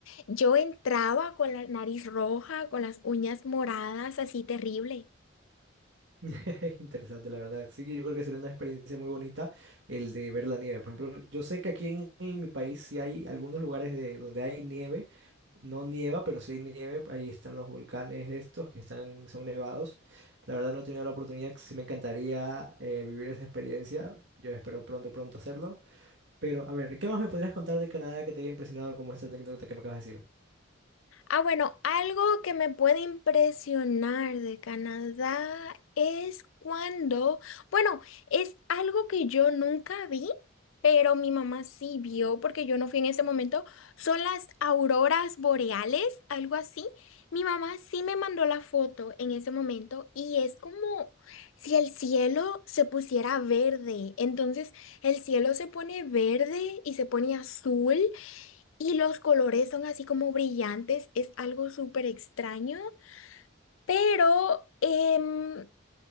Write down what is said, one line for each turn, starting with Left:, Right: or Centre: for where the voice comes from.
Left: yo entraba con la nariz roja, con las uñas moradas, así terrible.
Right: <laughs> Interesante, la verdad. Sí, yo creo que sería una experiencia muy bonita el de ver la nieve. Por ejemplo, yo sé que aquí en, en mi país sí hay algunos lugares de, donde hay nieve. No nieva, pero sí hay nieve. Ahí están los volcanes estos que están, son nevados. La verdad no he tenido la oportunidad. Sí me encantaría eh, vivir esa experiencia. Yo espero pronto, pronto hacerlo. Pero, a ver, ¿qué más me podrías contar de Canadá que te haya impresionado como esta anécdota que me acabas de decir?
Left: Ah, bueno, algo que me puede impresionar de Canadá es cuando, bueno, es algo que yo nunca vi, pero mi mamá sí vio porque yo no fui en ese momento, son las auroras boreales, algo así. Mi mamá sí me mandó la foto en ese momento y es como si el cielo se pusiera verde. Entonces, el cielo se pone verde y se pone azul. Y los colores son así como brillantes, es algo súper extraño, pero em,